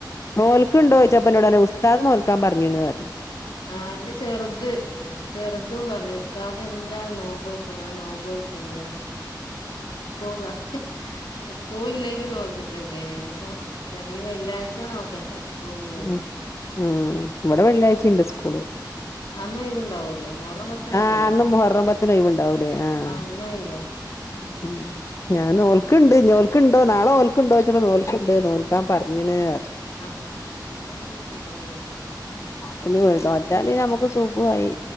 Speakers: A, on the left; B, on the left.
A: നോൽക്കുണ്ടോ
B: കഴിയും
A: ച്ചപ്പോ എന്നോട് പറഞ്ഞ് ഉസ്താദ് നോൽക്കാൻ പറഞ്ഞ്ണ് അറിഞ്ഞ്
B: ആഹ് ന്റെ ചെറുത് ചെറുതും പറഞ്ഞു ഉസ്താദ് എന്താ നോമ്പോയ്ക്കണെ ഞാൻ നോമ്പോൾക്കിണ്ട് പോകുവ സ്കൂളില്ലെങ്കി നോർപ്പിച്ച് നോക്കിയെനെന് ഇപ്പൊ വരുന്ന വെള്ളിയാഴ്ച നോക്കട്ടെ സ്കൂളില്ലല്ലോ
A: ഉ ഉം ഇവിടെ വെള്ളിയാഴ്ചയുണ്ട് സ്കൂള്
B: അന്ന് ഒഴിവുണ്ടാവല്ലോ മുഹറം പത്ത് ഒഴിവല്ലേ
A: ആഹ അന്നും മുഹറം പത്തിന് ഒഴിവു ഉണ്ടാവും ലേ ആഹ
B: ആഹ് ഇന്ന് ഒഴിവാ ഉം
A: ഉ ഞാൻ നോൽക്കുണ്ട് ഇഞ് ക്കുണ്ടോ നാളെ നോൽക്കുണ്ടോച്ചപ്പോ നോക്കുണ്ട് നോൽക്കൻ പറഞ്ഞണ് പറഞ്ഞു
B: <unintelligible>
A: പിന്നെ. നോറ്റാല് നമുക്ക് സുഖമായി